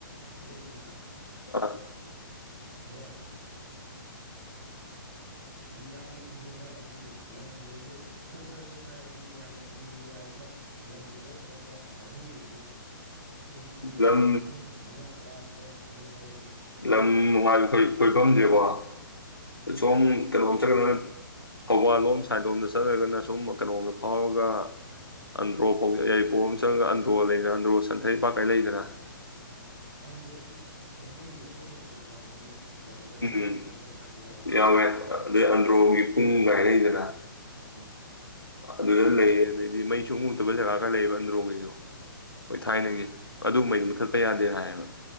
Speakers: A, on the right; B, on the left.
A: ꯂꯩꯔꯤꯉꯩꯗꯅ
B: ꯑ
A: ꯑꯗ ꯍꯥꯏꯗꯤ ꯌꯥꯝꯅ ꯐꯖꯕ ꯍꯥꯏꯕꯗꯤ ꯂꯝꯉꯩꯁꯦ ꯀꯣꯏꯕ ꯆꯠꯄ ꯍꯥꯏꯗꯤ ꯃꯌꯥꯝꯅ ꯅꯨꯡꯉꯥꯏꯕ ꯂꯝꯁꯦ ꯀꯔꯝ ꯀꯔꯝꯕ ꯃꯐꯝ ꯂꯩꯒ ꯍꯥꯏꯗꯤ ꯈꯪꯗꯦ ꯑꯗꯨ
B: ꯂꯝ
A: ꯍꯥꯏꯔꯤꯕ ꯃꯐꯝ ꯃꯉꯥ ꯇꯔꯥꯃꯨꯛꯇ ꯑ ꯍꯥꯏ
B: ꯂꯝ ꯅꯨꯡꯉꯥꯏꯕ ꯀꯣꯏꯐꯝꯁꯦꯀꯣ ꯁ ꯀꯩꯅꯣꯝ ꯆꯪꯒꯗ ꯊꯧꯕꯥꯜꯂꯣꯝ ꯁꯥꯏꯠꯂꯣꯝꯗ ꯆꯠꯂꯒꯅ ꯁꯨꯝ ꯀꯩꯅꯣꯝꯗ ꯐꯥꯎꯔꯒ ꯑꯟꯗ꯭ꯔꯣ ꯐꯥꯎ ꯌꯥꯏꯔꯤꯄꯣꯛ ꯑꯃ ꯆꯪꯉꯒ ꯑꯟꯗ꯭ꯔꯣ ꯂꯩꯗꯅ ꯑꯟꯗ꯭ꯔꯣ ꯁꯟꯊꯩ ꯄꯥꯀꯥꯏ ꯂꯩꯗꯅ
A: ꯑꯟꯗ꯭ꯔꯣꯗꯤ ꯃꯩꯇꯩꯒꯤ ꯑꯁꯦꯡꯕ ꯀꯩꯅꯣꯗ ꯌꯥꯎꯕꯅꯤꯅꯦ ꯂꯥꯏꯔꯤꯛꯇ ꯑꯉꯥꯡ
B: ꯎꯝ
A: ꯑꯣꯏꯀꯥꯟ ꯂꯥꯏꯔꯤꯛ ꯇꯝꯕ ꯀꯥꯟꯗ ꯌꯥꯎꯕꯅꯤꯅꯦ
B: ꯌꯥꯎꯋꯦ ꯑꯗꯨꯩ ꯑꯟꯗ꯭ꯔꯣꯒꯤ ꯄꯨꯡ ꯀꯥꯏꯅꯩꯗꯅ
A: ꯑꯧ
B: ꯑꯗꯨꯗ ꯂꯩ ꯑꯗꯨꯗꯩ ꯍꯥꯏ ꯃꯩ ꯁꯨꯡꯎꯨꯗꯕꯖꯒꯥ ꯈꯔ ꯂꯩꯌꯦꯕ ꯑꯟꯗ꯭ꯔꯣꯡꯒꯤꯁꯨ
A: ꯎꯝ
B: ꯍꯣꯏ ꯊꯥꯏꯅꯒꯤ ꯑꯗꯨꯨꯝꯕꯩꯗꯨ ꯃꯨꯊꯠꯄ ꯌꯥꯗꯦꯅ ꯍꯥꯏꯌꯦꯕ